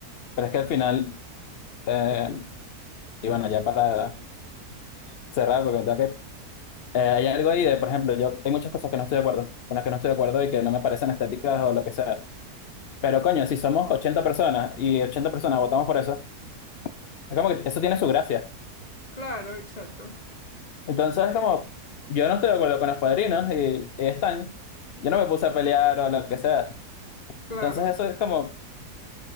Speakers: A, on the left (about 70°); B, on the left (about 25°).
A: Pero es que al final, eh, y bueno, ya para cerrar, porque me tengo que ir, eh, hay algo ahí de, por ejemplo, yo hay muchas cosas que no estoy de acuerdo, con las que no estoy de acuerdo y que no me parecen estéticas o lo que sea. Pero coño, si somos 80 personas y 80 personas votamos por eso, es como que eso tiene su gracia.
B: Claro, exacto,
A: Entonces, como yo no estoy de acuerdo con los padrinos y, y están, yo no me puse a pelear o lo que sea.
B: claro.
A: Entonces, eso es como,